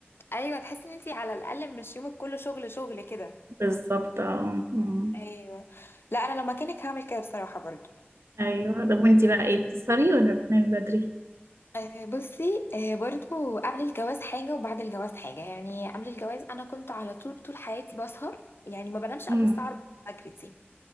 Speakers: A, on the left (about 65°); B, on the right (about 85°).
A: ايوه تحسي ان انتي على الاقل مش يومك كله شغل شغل كده
B: بالظبط اه أمم.
A: ايوه لا انا لو مكانك هعمل كده بصراحه برضو
B: ايوه طب وانتي بقى ايه بتسهري ولا بتنامي بدري؟
A: آه، بصي آه، برضو قبل الجواز حاجة وبعد الجواز حاجة يعني قبل الجواز أنا كنت على طول طول حياتي بسهر يعني ما بنامش قبل
B: امم
A: الساعة 4 الفجر دي